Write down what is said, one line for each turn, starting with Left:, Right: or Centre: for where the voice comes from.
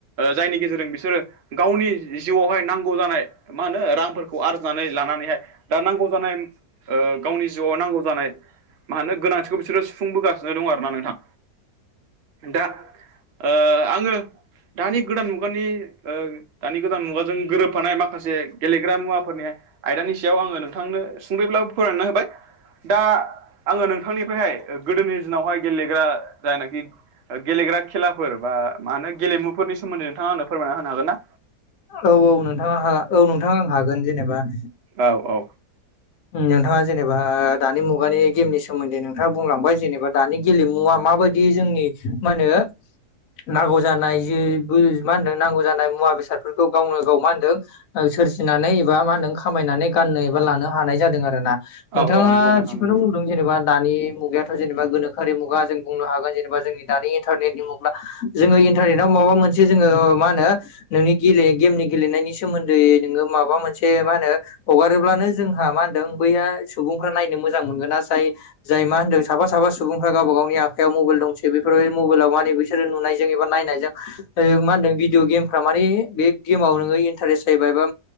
Right: जायनि गेजेरजों बिसोरो गावनि जिउआवहाय नांगौ जानाय मा होनो रांफोरखौ आरजिनानै लानानैहाय दा नांगौ जानाय ओ गावनि जिउआव नांगौ जानाय मा होनो गोनांथिखौ बिसोरो सुफुंबोगासिनो दं आरोना नोंथां दा ओ आङो दानि गोदान मुगानि ओ दानि गोदान मुगाजों गोरोबफानाय माखासे गेलेग्रा मुवाफोरनि आयदानि सायाव आङो नोंथांनो सुंदयैब्लाबो फोररायना होबाय दा आङो नोंथांनिफ्रायहाय गोदोनि दिनावहाय गेलेग्रा जायनाखि गेलेग्रा खेलाफोर बा मा होनो गेलेमुफोरनि सोमोन्दै नोंथां आनो फोरमायना होनो हागोन ना?
Left: औ-औ नोंथाङा औ नोंथां आं हागोन जेनेबा
Right: औ-औ
Left: नोंथाङा जेनेबा दानि मुगानि गेमनि सोमोन्दै नोंथाङा बुंलांबाय जेनेबा दानि गेलेमुवा माबायदि दि जोंनि मा होनो नांगौ जानाय जि मा होनदों नांगौ जानाय मुवा बेसादफोरखौ गावनो गाव मा होनदों सोरजिनानै एबा मा होनो खामायनानै गाननो एबा लानो हानाय जादों आरो ना। नोंथाङा
Right: औ औ नंगौ नोंथां
Left: थिगखौनो
Right: नंगौ
Left: बुंदों। जेनेबा दानि मुगायाथ' जेनेबा गोनोरि मुगा जों बुंनो हागोन जेनेबा जोंनि दानि इन्टारनेटनि मुगा जोङो इन्टारनेटाव माबा मोनसे जोङो मा होनो नोंनि गेले गेमनि गेलेनायनि सोमोन्दै नोङो माबा मोनसे मा होनो हगारोब्लानो जोंहा मा होनदों बैया सुबुंफ्रा नायनो मोजां मोनगोन जाय जाय मा होन्दों साफा सफा सुबुंफ्रा गावबा गावनि आखायाव मबाइल दंसै बेफोरबायदि मबाइलाव मा बिसोरो नुनायजों एबा नायनायजों मा होनदों भिदिअ गेमफ्रा माने बे गेमाव नोङो इन्टारेस्ट जाहैबाय बा